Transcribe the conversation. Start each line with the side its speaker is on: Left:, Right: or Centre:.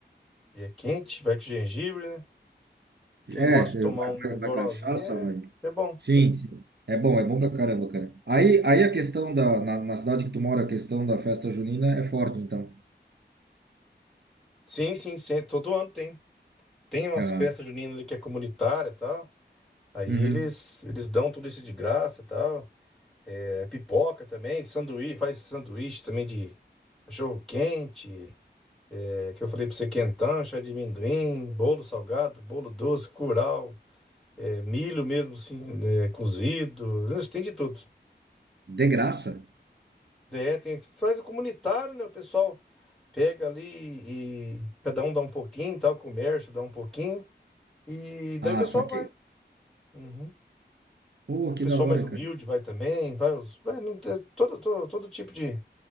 Centre: E é quente, vai com gengibre, né? Quem
Right: É,
Centre: gosta de tomar
Right: vai,
Centre: um
Right: vai,
Centre: um
Right: vai
Centre: gorozinho
Right: cachaça,
Centre: é,
Right: vai.
Centre: é bom.
Right: Sim, sim. É bom, é bom pra caramba, cara. Aí, aí a questão da, na, na cidade que tu mora, a questão da festa junina é forte, então.
Centre: Sim, sim, sim, todo ano tem. Tem umas
Right: Aham.
Centre: festas juninas ali que é comunitária e tal. Aí
Right: Uhum.
Centre: eles, eles dão tudo isso de graça e tal. É, pipoca também, sanduíche, faz sanduíche também de cachorro quente. É que eu falei para você quentão, chá de amendoim, bolo salgado, bolo doce, curau, é, milho mesmo assim, é, cozido, né, você tem de tudo.
Right: De graça?
Centre: É, tem, faz o comunitário, né? O pessoal pega ali e cada um dá um pouquinho, tá? O comércio dá um pouquinho e daí
Right: Ah,
Centre: o pessoal
Right: saquei.
Centre: vai. Uhum.
Right: Pô,
Centre: O
Right: que
Centre: pessoal
Right: da hora,
Centre: mais humilde
Right: cara.
Centre: vai também, vai, os- vai não, tem- todo, todo, todo tipo de